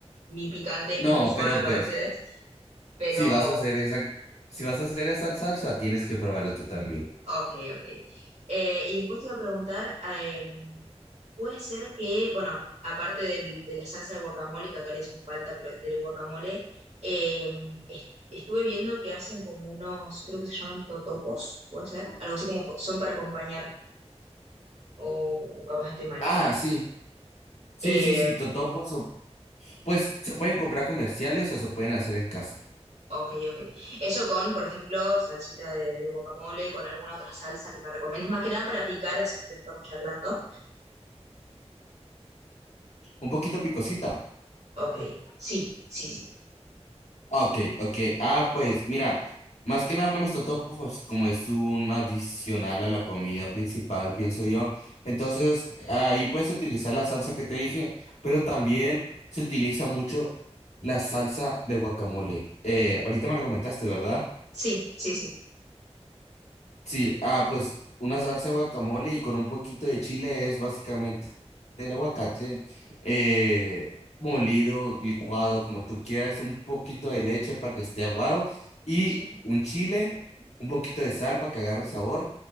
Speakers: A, on the right; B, on the left.
A: Mi picante es
B: No,
A: muy suave
B: pero
A: para
B: pues
A: ustedes, pero
B: si vas a hacer esa, si vas a hacer esa salsa, tienes que probarlo tú también.
A: Ok, ok. Eh, y después te iba a preguntar, eh, puede ser que, bueno, aparte del- de la salsa de guacamole, que acá le decimos palta, pero del guacamole, eh, est- estuve viendo que hacen como unos, creo que se llaman totopos, puede ser, algo así como co- son para acompañar, o, o capaz estoy mal.
B: Ah, sí, sí,
A: Eh,
B: sí, sí, totopos Pues se pueden comprar comerciales o se pueden hacer en casa.
A: ok, ok. Eso con, por ejemplo, salsita de, de guacamole, con alguna otra salsa que me recomiendes, más que nada para picar, así mientras estamos charlando.
B: Un poquito picosita.
A: Ok, sí, sí, sí,
B: Ah, Ok, ok. Ah, pues mira, más que nada con los totopos, pues, como es un adicional a la comida principal, pienso yo. Entonces, ahí puedes utilizar la salsa que te dije, pero también se utiliza mucho la salsa de guacamole. Eh, ahorita me lo comentaste, ¿verdad?
A: sí, sí, sí.
B: Sí, ah, pues una salsa de guacamole y con un poquito de chile es básicamente el aguacate eh, molido, licuado, como tú quieras, un poquito de leche para que esté aguado y
A: sí.
B: un chile, un poquito de sal para que agarre sabor